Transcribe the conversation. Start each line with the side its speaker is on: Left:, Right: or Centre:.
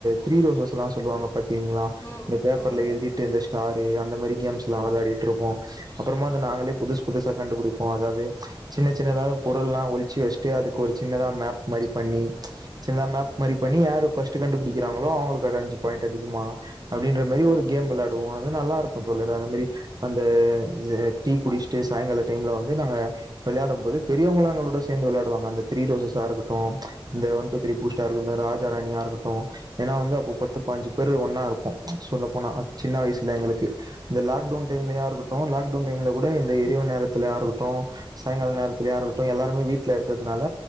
Right: திரி ரோசல்லா சொல்லுவாங்க பாத்தீங்களா
Left: ம் ம்
Right: இந்த பேப்பர்ல
Left: ம்
Right: எழுதிட்டு இருந்த ஸ்டாரு யா அந்த மாரி கேம்ஸ்லா
Left: ம் ம்
Right: வெலாடிட்டுருப்போ அப்றமா அந்த நாங்களே புதுஸ் புதுஸ் த்த கண்டுபுடிப்போ அதாது சின்ன சின்னதாது பொருல்லா ஒழ்ச்சு வச்சுட்டு அதுக்கொரு சின்னதா மேப் மாரி பண்ணி சின்னதா
Left: ம்
Right: மேப் மாரி பண்ணி யாரு பர்ஸ்ட்டு கண்டுபுடி க்கிறாங்களோ அவுங்களுக்கு அஞ்சு பாயிண்ட் அதிகமா அப்டின்ற மேரி
Left: ம் ம் ம்
Right: ஒரு
Left: ம் ம்
Right: கேம் வெலாடுவோ அது நல்லாருக்கு தோழரே அத மேரி அந்த டீ குடிச்ட்டு சாய்ங்கால டைம்ல வந்து நாங்க வெளையாடும் போது பெரியவங்களு எங்களோட சே சேந்து விளாடுவாங்க அந்த த்ரி ரோஸசா இருக்கட்டு இந்த ஒன் டூ த்ரி பூஸ்டா இருந்த ராஜ் ஜரணியா இருக்ட்டு ஏன்னா வந்து அப்ப பத்து பாஞ்சு பேரு ஒன்னா இருப்போ சொல்ல போனா‌ அது சின்ன வய்சுல எங்களுக்கு இந்த லாக்டவ்ன் டைம்ல யாருக் ட்டு லாக்டவ்ன் டைம்ல கூட இந்த இரிவு நேரத்துலயா இருக்கட்டு சாய்ங்கால நேரத்துலயா இருக்கட்டு எல்லாருமே வீட் வீட்ல இருக்கறதுனால